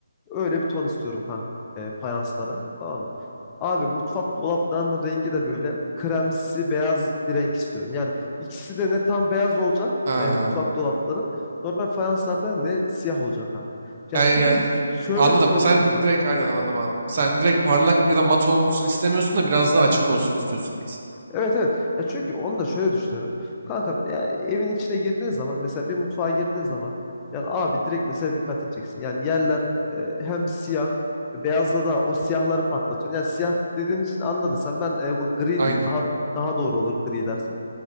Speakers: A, on the left; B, on the right.
A: Öyle bir ton istiyorum kanka. E, fayanslara. Tamam mı? Abi mutfak dolaplarının rengi de böyle kremsi beyaz bir renk istiyorum. Yani ikisi de ne tam beyaz olacak
B: Ha.
A: e, mutfak dolapları. Normal fayanslarda ne siyah olacak kanka. Yani
B: Yani
A: şöyle
B: ya,
A: bir
B: ya-
A: şöyle
B: anladım.
A: bir sorunumuz
B: Sen
A: var.
B: direkt aynen
A: Buyur
B: anladım
A: kanka.
B: anladım. Sen direkt parlak ya da mat olsun istemiyorsun da biraz daha açık olsun istiyorsun kesin.
A: Evet evet. Ya çünkü onu da şöyle düşünüyorum. Kankam ya evin içine girdiğin zaman mesela bir mutfağa girdiğin zaman yani abi direkt mesela dikkatini çeksin. Yani yerler e, hem siyah beyazla da o siyahları patlatıyor. Yani siyah dediğim için anladın sen ben e, bu gri
B: Aynen.
A: diyeyim daha daha doğru olur gri dersen.